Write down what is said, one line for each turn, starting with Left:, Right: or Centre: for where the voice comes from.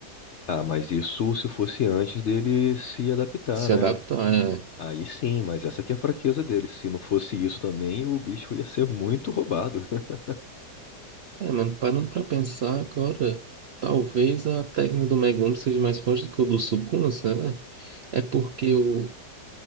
Left: Ah, mas isso se fosse antes dele se adaptar,
Right: Se
Left: né?
Right: adapta,
Left: Aí sim, mas essa que é a fraqueza dele. Se não fosse isso também, o bicho ia ser muito roubado. <laughs>
Right: É, mano, parando pra pensar agora, talvez a técnica do Megumi seja mais forte do que o do Sukuna, será? É porque o,